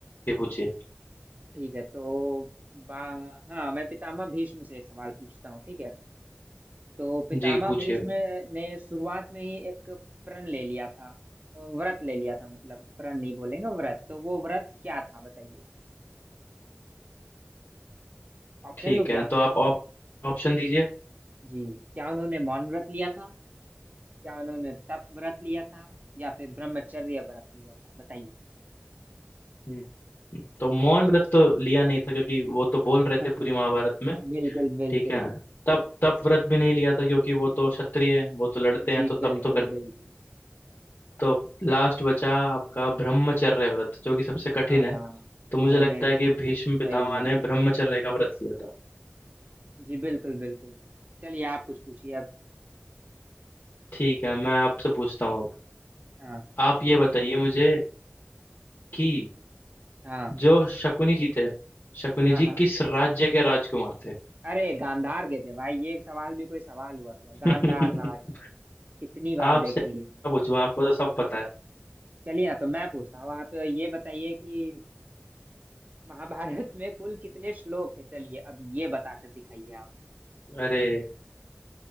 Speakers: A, on the left (about 60°); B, on the right (about 40°).
A: ये पूछिए
B: ठीक है तो बा हाँ मैं पितामह भीष्म से एक सवाल पूछता हूँ ठीक है तो पितामह
A: जी पूछिए
B: भीष्म ने शुरुआत में ही एक प्रण ले लिया था व्रत ले लिया था मतलब प्रण नहीं बोलेंगे व्रत तो वो व्रत क्या था बताइए ऑप्शन
A: ठीक
B: दो
A: है
B: क्या
A: तो आप ऑप- ऑप्शन दीजिए
B: जी क्या उन्होंने मौन व्रत लिया था क्या उन्होंने तप व्रत लिया था या फिर ब्रह्मचर्य व्रत लिया था बताइए
A: हम्म, तो मौन व्रत तो लिया नहीं था क्योंकि वो तो बोल
B: <laughs>
A: रहे थे पूरी महाभारत में
B: बिल्कुल बिल्कुल
A: ठीक है तप तप व्रत भी नहीं लिया था क्योंकि वो तो क्षत्रिय है वो तो लड़ते
B: जी
A: हैं तो तप
B: बिल्कुल
A: तो कर
B: बिल्कुल
A: तो लास्ट बचा आपका ब्रह्मचर्य व्रत जो कि सबसे
B: हाँ
A: कठिन है तो मुझे
B: उन्होंने
A: लगता है कि भीष्म पितामह
B: वही लिया
A: ने
B: था
A: ब्रह्मचर्य का व्रत लिया था
B: जी बिल्कुल बिल्कुल चलिए आप कुछ पूछिए
A: ठीक है मैं आपसे पूछता हूँ अब
B: हाँ
A: आप ये बताइए मुझे कि
B: हाँ
A: जो शकुनी जी थे शकुनी
B: हाँ
A: जी
B: हाँ
A: किस राज्य के राजकुमार थे
B: अरे गांधार के थे भाई ये एक सवाल भी कोई सवाल हुआ क्या गांधार
A: <laughs>
B: राज कितनी बार
A: आपसे
B: देखी
A: क्या
B: है हमने
A: पूछूं आपको तो सब पता है
B: चलिए ना तो मैं पूछता हूँ आप ये बताइए कि महाभारत में कुल कितने श्लोक है चलिए अब ये बताकर दिखाइए आप
A: अरे